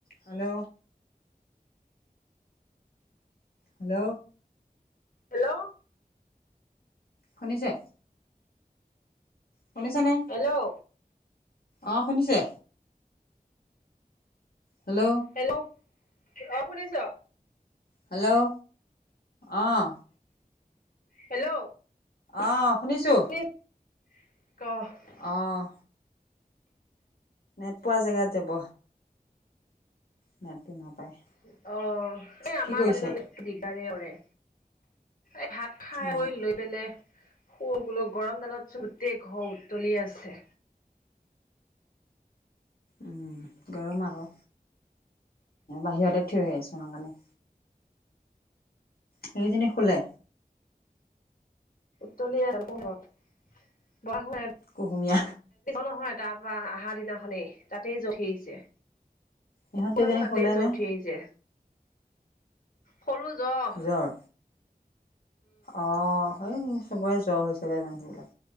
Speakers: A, on the left; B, on the left.
A: Hello. Hello.
B: Hello.
A: শুনিছে? শুনিছা নে?
B: হেল্ল'।
A: অহ, শুনিছে? হেল্ল'।
B: হেল্ল' অহ, শুনিছ?
A: হেল্ল' অহ।
B: হেল্ল'।
A: অহ, শুনিছোঁ।
B: <unintelligible> ক'।
A: অহ। নেট পোৱা জেগাত যাব। নেটটো নাপায়।
B: অহ, এই আমাৰ
A: কি কৰিছে
B: ঘৰত এনেইও নেটটো দিগদাৰে কৰেই। এই ভাত খাই-বৈই
A: অ
B: লৈ পেলাই শুই গলো গৰম ডালত গোটেই ঘৰ উতলি আছে।
A: উম, গৰম আকৌ বাহিৰতে থিয় হৈ আছো সেইকাৰণে। সেই কেইজননী শুলে?
B: উত্তলি আছে গৰমত। <unintelligible> নাই।
A: কুহুমীয়া।
B: নহয় তাৰপৰা আহা দিনাখনেই তাতেই জ্বৰ উঠি আহিছে।
A: ইহঁত কেইজনী
B: তাৰ আকৌ তাতে
A: শুলে
B: জ্বৰ
A: নে
B: উঠি আহিছে। সৰু জহ।
A: জ্বৰ অ' স চবৰে জ্বৰ হৈছে জানা।